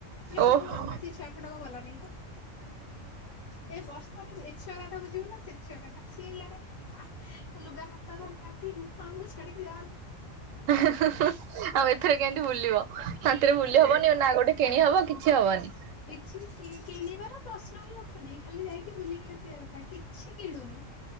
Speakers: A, on the left (about 85°); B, on the right (about 80°).
A: ଏ
B: ଓହୋ
A: ମୋ ସେ ଛୁଆ ଖଣ୍ଡକ ଗଲାନାଇଁ ତ। ଏ ବର୍ଷାରେ ଛୁଆ କଥା ବୁଝିମି ନା ସେ ଛୁଆ କଥା ସିଏ ଇଆଡେ ଲୁଗା ହା ହାତ ଧରିକି ଆଁଟିରୁ ଆମକୁ ଛାଡିକି ଯାନି।
B: ଆଉ ଏଥରେ କେମତି ବୁଲିବ ଶାନ୍ତିରେ ବୁଲି
A: ସେଇଆ
B: ହବନି ନା ଗୋଟେ କିଣିହବ କିଛି ହବନି।
A: କିଛି କିଣିବାର ପ୍ରଶ୍ନ ହିଁ ଉଠୁନି, ଖାଲି ଯାଇକି ବୁଲିକି ଆସିବା କଥା। କିଛି କିଣୁନି